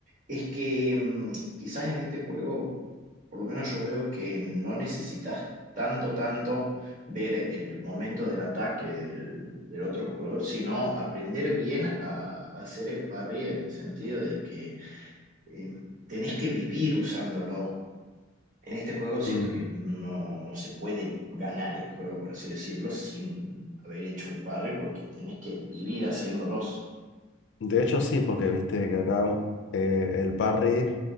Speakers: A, on the right; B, on the left.
A: es que mm, quizás en este juego, por lo menos yo veo que no necesitas tanto, tanto ver el momento del ataque del, del otro jugador, sino aprender bien a, a hacer el parry en el sentido de que eh, tenés que vivir usándolo. En este juego siento
B: Mm.
A: que no, no se puede ganar el juego, por así decirlo, sin haber hecho un parry, porque tenés que vivir haciéndolos.
B: De hecho, sí, porque viste que acá eh, el parry